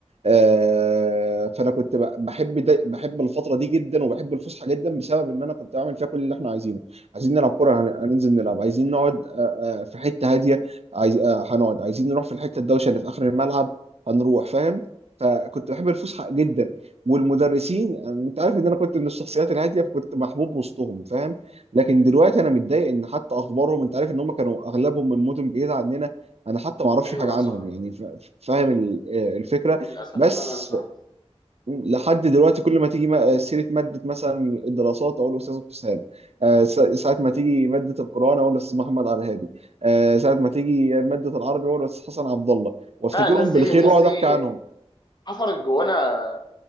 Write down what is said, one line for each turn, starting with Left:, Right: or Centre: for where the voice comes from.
Right: آه، فانا كنت ب- بحب دا بحب الفتره دي جدا وبحب الفسحه جدا بسبب ان انا كنت بعمل فيها كل اللي احنا عايزينه عايزين نلعب كوره هن- هننزل نلعب عايزين نقعد آه، آه، في حته هاديه عايز آه، هنقعد عايزين نروح في الحته الدوشه اللي في اخر الملعب هنروح فاهم فكنت بحب الفسحه جدا والمدرسين يعني انت عارف ان انا كنت من الشخصيات الهاديه كنت محبوب وسطهم فاهم لكن دلوقتي انا متضايق ان حتى اخبارهم انت عارف ان هم كانوا اغلبهم من مدن بعيده عننا انا حتى ما اعرفش
Left: ايوه
Right: حاجه عنهم
Left: صح
Right: يعني ف- فاهم ال- آه، الفكره
Left: للاسف
Right: بس
Left: فعلا صح
Right: لحد دلوقتي كل ما تيجي م- سيرة مادة مثلا الدراسات أقول الأستاذ حسام آه، س- ساعة ما تيجي مادة القرآن أقول الأستاذ محمد عبد الهادي آه، ساعة ما تيجي مادة العربي أقول الأستاذ حسن عبد الله وافتكرهم
Left: فعلا الناس دي
Right: بالخير
Left: الناس
Right: وأقعد
Left: دي
Right: أحكي عنهم
Left: حفرت جوانا